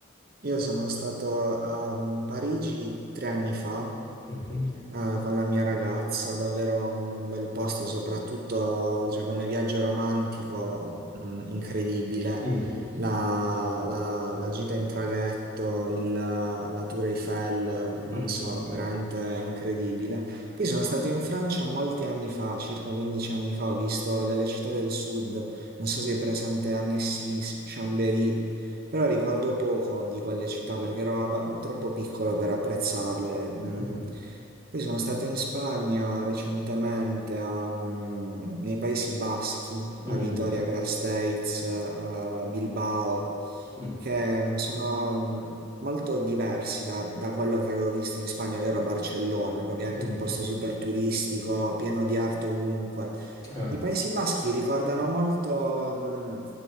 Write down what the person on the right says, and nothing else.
io sono stato a mm, Parigi tre anni fa
Ah, con la mia ragazza, davvero un bel posto, soprattutto cioè, come viaggio romantico, mh, incredibile.
La, la- la gita in traghetto, il- la Tour Eiffel, non
so, veramente incredibile. Poi sono stato in Francia molti anni fa, circa 15 anni fa, ho visto delle città del sud, non so se è presente Annecy, Chambéry, però ricordo poco di quelle città perché ero abba- troppo piccolo per apprezzarle. mm.
Poi sono stato in Spagna recentemente, a, mm, nei Paesi Baschi,
a Vitoria Gasteiz, eh, Bilbao,
che mm, sono mm, molto diversi da, da quello che avevo visto in Spagna, ovvero Barcellona, che ovviamente
è un posto super turistico, pieno di arte ovunque.
I Paesi Baschi ricordano molto mm,